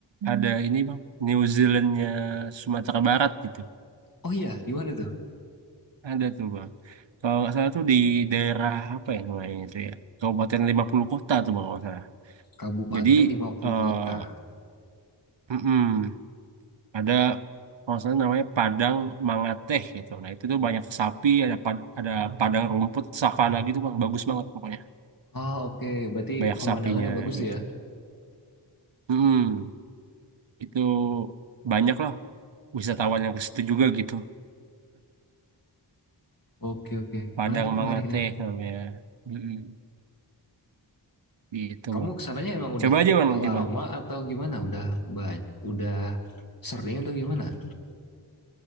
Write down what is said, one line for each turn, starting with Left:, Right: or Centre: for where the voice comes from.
Right: ada Hmm. ini bang, New Zealandnya Sumatera Barat gitu.
Left: Oh iya, di mana tuh?
Right: Ada tuh bang. Kalau nggak salah tuh di daerah apa ya namanya itu ya, Kabupaten lima puluh Kota tuh bang kalau nggak salah.
Left: Kabupaten
Right: Jadi
Left: lima puluh
Right: eh
Left: kota.
Right: mm-mm, ada kalau nggak salah namanya Padang Mangateh gitu. Nah itu tuh banyak sapi, ada pad- ada padang rumput savana gitu bang, bagus banget pokoknya.
Left: Ah oke, okay. berarti
Right: Banyak
Left: pemandangannya
Right: sapinya
Left: bagus
Right: gitu.
Left: tuh ya.
Right: Mm-mm, itu banyak lah wisatawan yang ke situ juga gitu.
Left: Oke okay, oke, okay.
Right: Padang
Left: menarik
Right: Mangateh
Left: menarik nih.
Right: namanya. Mm-mm. Gitu
Left: Kamu
Right: bang.
Left: kesananya emang udah
Right: Coba aja bang
Left: lama
Right: nanti bang.
Left: atau gimana? Udah banyak, udah sering atau gimana?